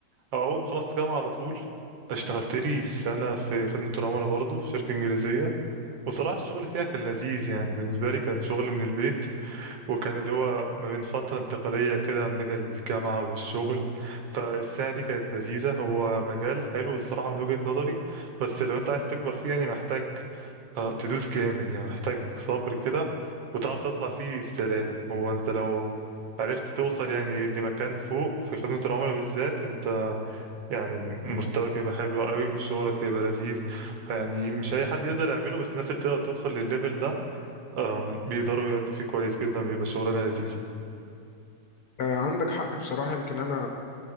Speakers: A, on the right; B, on the left.
A: أو أول ما خلصت جامعة على طول اشتغلت لي سنة في خدمة العملاء برضه في شركة إنجليزية وصراحة الشغل فيها كان لذيذ يعني بالنسبة لي كان شغل من البيت وكان اللي هو ما بين فترة انتقالية كده ما بين الجامعة والشغل فالسنة دي كانت لذيذة هو مجال حلو الصراحة من وجهة نظري بس لو انت عايز تكبر فيه يعني محتاج آه، تدوس جامد يعني محتاج صبر كده وتعرف تطلع فيه السلالم هو انت لو عرفت توصل يعني لمكان فوق في خدمة العملاء بالذات انت يعني مرتبك يبقى حلو قوي وشغلك يبقى لذيذ يعني مش اي حد يقدر يعمله بس الناس اللي تقدر توصل للليفل ده أم، بيقدروا يأدوا فيه كويس جدا بيبقى شغلانه لذيذه
B: آه، عندك حق بصراحة يمكن أنا